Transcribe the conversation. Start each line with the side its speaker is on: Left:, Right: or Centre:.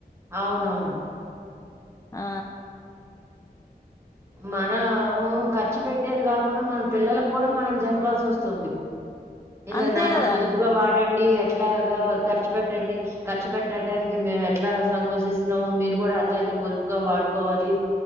Right: అవునవును
Left: ఆ
Right: మన ఖర్చు పెట్టి తిట్టేది కాకుండా మన పిల్లలకు కూడా మనం చెప్పాల్సి వస్తుంది ఇల
Left: అంతే
Right: నానా
Left: కదా
Right: పొదుపుగా వాడి డి ఎట్లాగా ఖర్చు పెట్టండి ఖర్చు పెట్టడానికి మేము ఎట్లా సంకోచిస్తున్నామో మీరు కూడా అట్లాగే పొదుపుగా వాడుకోవాలి